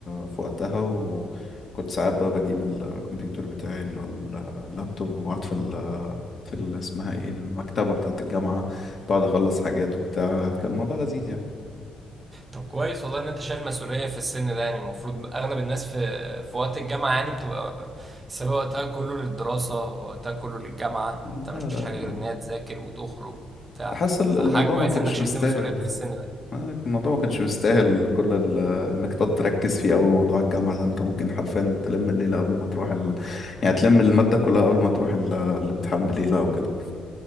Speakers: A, on the left; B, on the right.
A: في وقتها وكنت ساعات بقى بجيب الكمبيوتر بتاعي اللي هو ال- اللابتوب وبقعد في ال في ال اسمها ايه المكتبة بتاعة الجامعة بقعد أخلص حاجات وبتاع كان الموضوع لذيذ يعني
B: طب كويس والله ان انت شايل مسؤولية في السن ده يعني المفروض اغلب الناس في في وقت الجامعة يعني بتبقى سابقة وقتها كله للدراسة وقتها كله للجامعة
A: لا
B: ما بتعملش
A: لا
B: حاجة
A: ما
B: غير انها تذاكر وتخرج وبتاع
A: حاسس ال-
B: فحاجة
A: الموضوع
B: كويسة
A: ما كانش
B: انك شلت
A: مستاهل
B: مسؤولية في
A: ده.
B: السن ده
A: آه، الموضوع ما كانش مستاهل كل ال... انك تقعد تركز فيه أوي موضوع الجامعة ده انت ممكن حرفيا تلم الليلة قبل ما تروح ال... يعني تلم المادة كلها قبل ما تروح ال... الامتحان بليلة أو كده